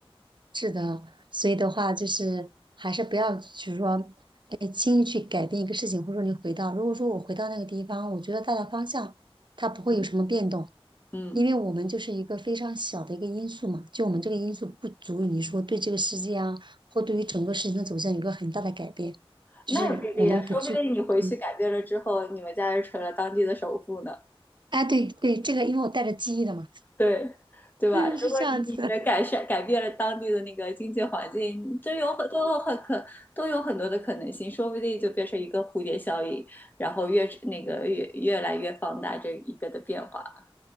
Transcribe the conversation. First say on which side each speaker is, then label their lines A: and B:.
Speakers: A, on the right (about 50°); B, on the left (about 20°).
A: 是的，所以的话就是还是不要，就是说，哎，轻易去改变一个事情，或者说你回到，如果说我回到那个地方，我觉得大的方向它不会有什么变动，
B: <laughs> 嗯，
A: 因为我们就是一个非常小的一个因素嘛，就我们这个因素不足以说对这个世界啊，或对于整个事情的走向有一个很大的改变，就是我们不具，
B: 那也不一定呀，说不定你回去改变了之后，
A: 嗯，
B: 你们家就成了当地的首富呢。
A: 哎，对对，这个因为我带着记忆的嘛，
B: 对，
A: <laughs>
B: 对吧？
A: 对，是这样子。
B: 如果你的改善改变了当地的那个经济环境，这有很都有很可都有很多的可能性，说不定就变成一个蝴蝶效应，然后越那个越越来越放大这一个的变化。